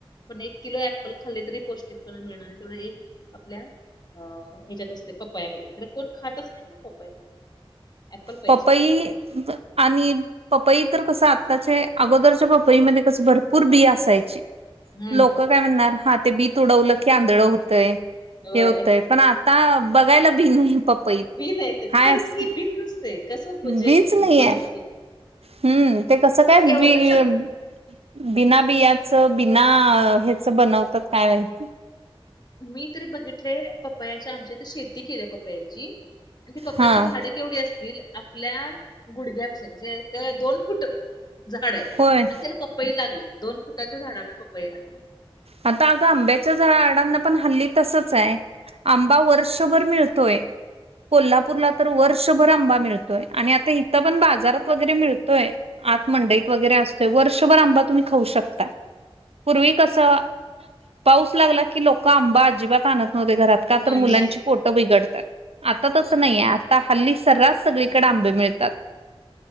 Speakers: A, on the left (about 45°); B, on the right (about 90°).
A: आपण एक किलो ऍपल खाल्ले तरी पौष्टिकपणा मिळणार ये तेवढा एक आपल्या अ ह्याच्यात असतंय पपयामध्ये, तरी कोण खातच नाही ना पपया. ऍप्पल पाहिजे
B: पपई आणि पपई तर कसं आत्ताचे, अगोदरच्या पपईमध्ये कसं भरपूर बी असायचे.
A: हम्म
B: लोकं काय म्हणणार हा ते बी तुडवलं की आंधळ होतयं
A: होय
B: हे होतय, पण आता बघायला बी नाही पपई.
A: बी नाही येतात
B: हायेस्
A: खरंच की बीच नसते कसं म्हणजे
B: बीच नाहीये.
A: बनत असेल ते.
B: हम्म ते कसं काय
A: एवढं
B: बी
A: सगळं
B: अं बिना बियाचं, बिना ह्याच बनवतात काय माहिती?
A: मी तरी बघितलेय पपयाच्या आमच्या इथ शेती केल्या पपयाची, आणि ती पपयाची
B: हा.
A: झाडे केवढी असतील? आपल्या गुडघ्यापेक्षा म्हणजे एक, दोन फुट झाड हाय.
B: होय
A: आणि त्याला पपई लागलीत, दोन फुटाच्या झाडाला पपई लागलेत.
B: आता अगं आंब्याच्या झाडांना पण हल्ली तसंच आहे. आंबा वर्षभर मिळतोय. कोल्हापूरला तर वर्षभर आंबा मिळतोय, आणि आता इथं पण बाजारात वगैरे मिळतोय. आत मंडईत वगैरे असतोय, वर्षभर आंबा तुम्ही खाऊ शकताय, पूर्वी कसं पाऊस लागला की लोक आंबा अजिबात आणत नव्हते घरात, का
A: नाही
B: तर मुलांची
A: नाही नाही
B: पोट बिघडतात, आता तसं
A: हो,
B: नाहीये आता हल्ली सर्रास सगळीकडे आंबे मिळतात.